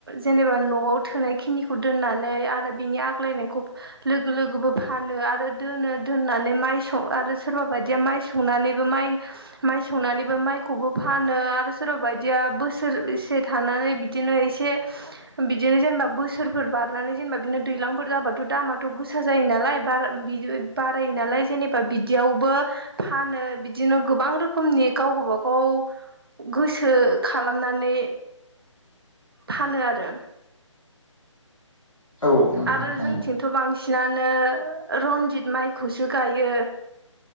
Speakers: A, on the right; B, on the left.
A: जेनेबा न'आव थोनाय खिनिखौ दोननानै आरो बिनि आग्लायनायखौ लोगो लोगोबो फानो आरो दोनो दोननानै माइ स आरो सोरबा बायदिया माइ सनानैबो माइ संनानैबो माइ माइखौबो फानो आरो सोरबा बायदिया बोसोरसे थानानै बिदिनो एसे बिदिनो जेनेबा बोसोरफोर बारनानै जेनेबा बिदिनो दैज्लांफोर जाबाथ' दामाथ' गोसा जायो नालाय बारा बारायो नालाय जेनेबा बिदियावबो फानो बिदिनो गोबां रोखोमनि गाव गाव गावबा गाव गोसो खालामनानै फानो आरो
B: औ नोंथां
A: आरो
B: नंगौ।
A: जोंनिथिंथ' बांसिन बांसिनानो रनजित माइखौसो गायो।